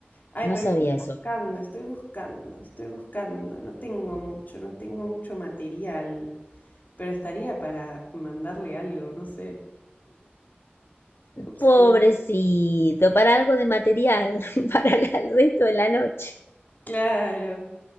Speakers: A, on the left; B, on the left.
A: Ay,
B: No
A: pero
B: sabía
A: estoy buscando,
B: eso.
A: estoy buscando, estoy buscando. No tengo mucho, no tengo mucho material, pero estaría para mandarle algo, no sé. Upsi.
B: Pobrecito, para algo de material, <laughs> para la- el resto de la noche.
A: Claro,